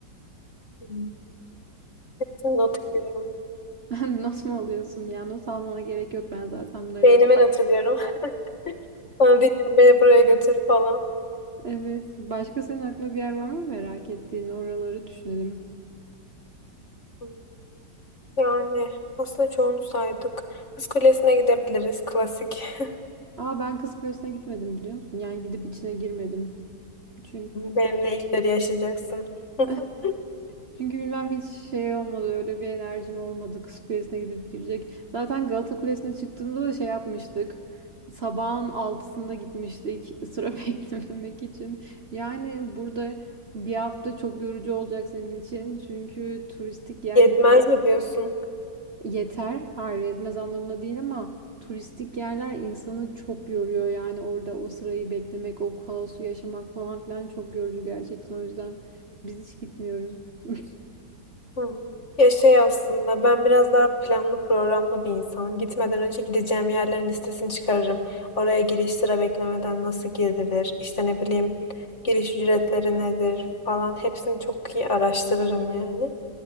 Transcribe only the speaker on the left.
Hı. Hepsini not ediyorum.
Beynime
not
ediyorum. <laughs> Sana diyeceğim beni buraya götür falan.
Hı. Yani aslında çoğunu saydık. Kız Kulesi'ne gidebiliriz. Klasik. <laughs> Hı.
Benimle ilkleri yaşayacaksın. <laughs>
Yetmez mi diyorsun?
Hı. Ya şey aslında ben biraz daha planlı programlı bir insanım. Gitmeden önce gideceğim yerlerin listesini çıkarırım. Oraya giriş sıra beklemeden nasıl girilir, işte ne bileyim giriş ücretleri nedir falan hepsini çok iyi araştırırım yani.